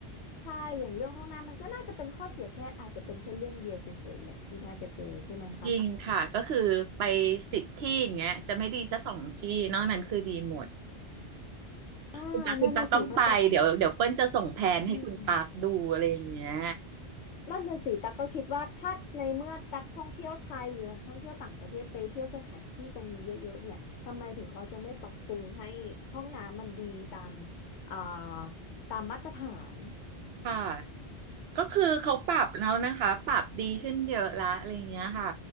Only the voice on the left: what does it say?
ใช่อย่างเรื่องห้องน้ำมันก็น่าจะเป็นข้อเสียแค่อาจจะเป็นแค่เรื่องเดียวเฉยๆแหละที่น่าจะเจอใช่ไหมคะ
อ่านั่นน่ะสิเพราะตัก
อืม นั่นน่ะสิตั๊กก็คิดว่าถ้าในเมื่อตั๊กท่องเที่ยวไทยหรือนักท่องเที่ยวต่างประเทศไปเที่ยวสถานที่ตรงนี้เยอะๆเนี่ยทำไมถึงเขาจะไม่ปรับปรุงให้ห้องน้ำมันดีตามอ่าตามมาตรฐาน